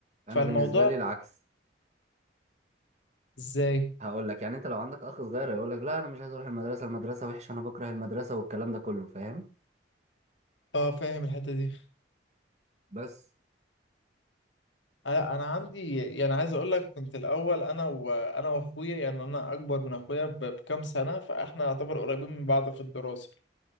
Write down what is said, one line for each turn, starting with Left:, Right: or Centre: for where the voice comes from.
Right: انا
Left: فالموضوع
Right: بالنسبة لي العكس
Left: ازاي
Right: هقول لك يعني انت لو عندك اخ صغير هيقول لك لا انا مش عايز اروح المدرسة المدرسة وحشة انا بكره المدرسة والكلام ده كله فاهم
Left: اه فاهم الحتة دي
Right: بس
Left: انا أنا عندي يعني عايز اقول لك كنت الاول انا وانا واخويا يعني انا اكبر من اخويا ب- بكام سنة فاحنا يعتبر قريبين من بعض في الدراسة